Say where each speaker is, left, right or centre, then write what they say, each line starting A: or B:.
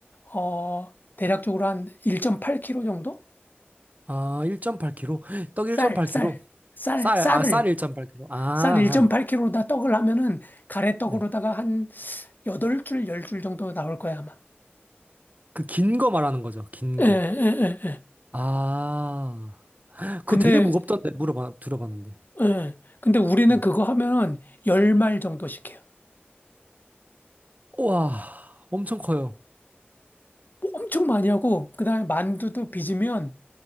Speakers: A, on the left; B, on the right.
A: 어 대략적으로 한 1.8kg 정도?
B: 아, 1.8kg. 떡 1.8kg.
A: 쌀, 쌀, 쌀,
B: 쌀,
A: 쌀을
B: 아, 쌀 1.8kg. 아,
A: 쌀 1.8kg로다
B: 아.
A: 떡을 하면은 가래떡으로다가
B: 네.
A: 한 8줄, 10줄 정도 나올 거야, 아마.
B: 그 긴 거 말하는 거죠. 긴
A: 예,
B: 거.
A: 예, 예, 예.
B: 아.
A: 근데,
B: 그거 되게 무겁던데, 물어봐, 들어봤는데.
A: 예. 근데 우리는
B: 네.
A: 그거 하면 10말 정도씩 해요.
B: 우와, 엄청 커요.
A: 뭐 엄청 많이 하고, 그 다음에 만두도 빚으면